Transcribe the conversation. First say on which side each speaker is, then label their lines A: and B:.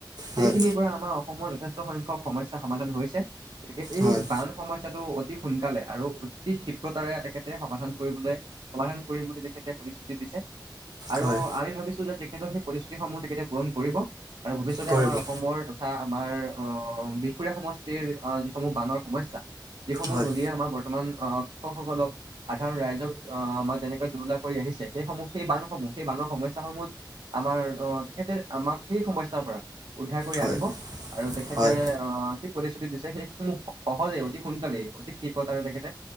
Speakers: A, on the right; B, on the right.
A: সেইখিনিৰ
B: হয়
A: পৰা আমাৰ অসমৰ যথেষ্ট সংখ্যক সমস্যা সমাধান হৈছে। গতিকে এই
B: হয়
A: বা সমস্যাটো অতি সোনকালে আৰু অতি ক্ষিপ্ৰতাৰে তেখেতে সমাধান কৰিবলৈ। সমাধান কৰিম বুলি তেখেতে প্ৰতিশ্ৰুতি দিছে। আৰু
B: হয়
A: আমি ভাবিছো যে তেখেত সেই পৰিস্থিতিসমূহ তেখেতে পূৰণ কৰিব, আৰু ভৱিষ্যতে
B: কৰিব
A: আমাৰ অসমৰ। তথা আমাৰ আহ বিখুৰীয়া সমষ্টিৰ যিসমূহ বানৰ সমস্যা। যিসমূহ
B: হয়
A: নদীয়ে আমাৰ বৰ্তমান আহ কৃষকসকলক সাধাৰণ ৰাইজক আহ আমাৰ যেনেকে জুৰুলা কৰি আহিছে, সেইসমূহ সেই বান্ধসমূহ সেই বান্ধৰ সমস্যাস সমূহ। আমাৰ অ, তেখেতে আমাক সেই সমস্যাৰ পৰা উদ্ধাৰ কৰি
B: হয়
A: আনিব আৰু তেখেত।
B: হয়
A: যি প্ৰতিশ্ৰুতি দিছে সেই সহজে অতি সোনকালে অতি ক্ষিপ্ৰতাৰে তেখেতে।